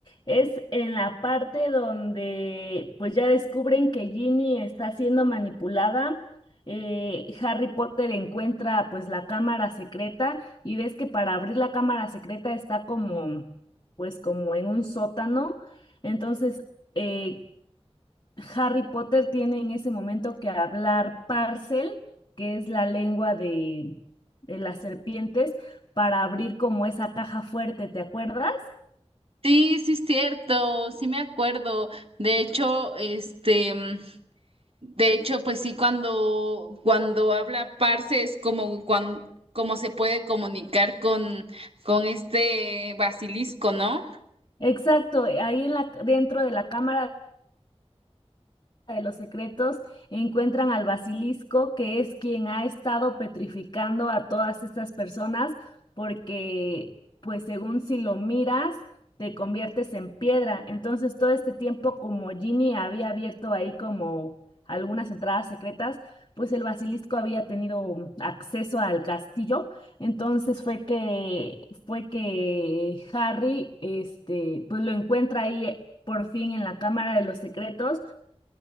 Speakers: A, on the left; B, on the right.
A: Es en la parte donde pues ya descubren que Ginny está siendo manipulada. eh, Harry Potter encuentra pues la cámara secreta y ves que para abrir la cámara secreta está como pues como en un sótano. Entonces eh, Harry Potter tiene en ese momento que hablar Parcel, que es la lengua de de las serpientes, para abrir como esa caja fuerte, ¿te acuerdas?
B: Sí, sí es cierto, sí me acuerdo. De hecho, este De hecho, pues sí, cuando, cuando habla Parse es como, cuan- como se puede comunicar con, con este basilisco, ¿no?
A: Exacto, ahí en la, dentro de la cámara de los secretos encuentran al basilisco, que es quien ha estado petrificando a todas estas personas, porque pues según si lo miras, te conviertes en piedra. Entonces todo este tiempo como Ginny había abierto ahí como algunas entradas secretas, pues el basilisco había tenido acceso al castillo. Entonces fue que fue que Harry este pues lo encuentra ahí eh, por fin en la Cámara de los Secretos